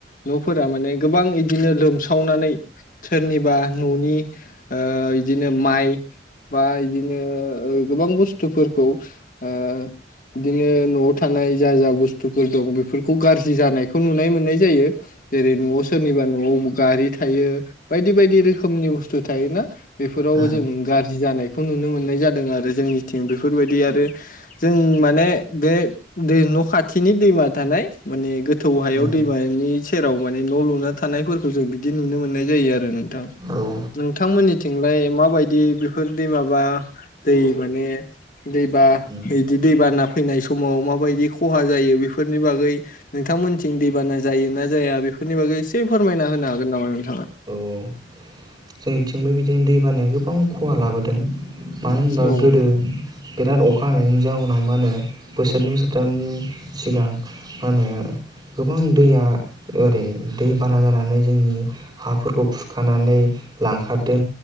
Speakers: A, on the left; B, on the right.
A: न'फोरा माने गोबां इदिनो लोमसाव सावनानै सोरनिबा न'नि ओ इदिनो माइ बा इदिनो गोबां बुस्थुफोरखौ ओ इदिनो न'आव थानाय जा जा बुस्थुफोर दं बेफोरखौ गाज्रि जानायखौ नुनाय मोननाय जायो। जेरै- न'आव सोरनिबा न'आवबो गारि थायो। बायदि बायदि रोखोमनि बुस्थु थायो ना। बेफोराव
B: उम
A: जों गाज्रि जानाय खौ नुनो मोननाय जादों आरो जोंनिथिं बेफोरबायदि आरो जों माने बे दै न' खाथिनि दैमा थानाय माने गो थौ हायाव
B: उम
A: दैमानि सेराव माने न' लुना थानायफोर जों बिदि नुनो मोननाय जायो आरो नोंथां
B: औ
A: नोंथांमोननिथिंलाय माबायदि बेफोर दै माबा दै माने दैबा
B: औ
A: बिदि दैबाना फैनाय समाव माबायदि खहा जायो बेफोरनि बागै नोंथांमोननिथिं दैबाना जायोना जाया बेफोरनि बागै एसे फो फोरमायना होनो हागोन नोंथां?
B: औ औ जोंनिथिंबो बि दि दै बानाया गोबां खहा लाबोदों। मानो होनबा
A: औ
B: गोदो बिराद अखा हानायनायनि जाउनाव मा होनो बोसोरनै बोसोरथामनि सिगां मा होनो गोबां दैया ओरै दै बाना जानानै जोंनि हाफोरखौ खुरखानानै लांखारदों